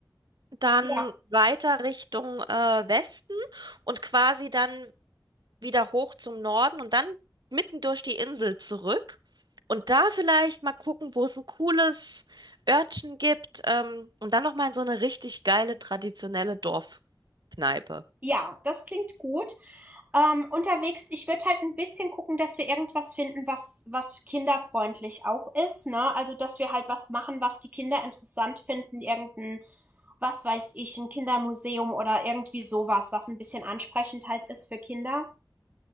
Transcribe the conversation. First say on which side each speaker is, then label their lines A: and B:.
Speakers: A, on the right; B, on the right.
A: dann
B: Ja,
A: weiter Richtung äh, Westen und quasi dann wieder hoch zum Norden und dann mitten durch die Insel zurück. Und da vielleicht mal gucken, wo es ein cooles Örtchen gibt. Ähm, und dann nochmal in so eine richtig geile traditionelle Dorfkneipe.
B: ja, das klingt gut. Ähm, unterwegs, ich würde halt ein bisschen gucken, dass wir irgendwas finden, was, was kinderfreundlich auch ist, ne? Also, dass wir halt was machen, was die Kinder interessant finden, irgendein, was weiß ich, ein Kindermuseum oder irgendwie sowas, was ein bisschen ansprechend halt ist für Kinder.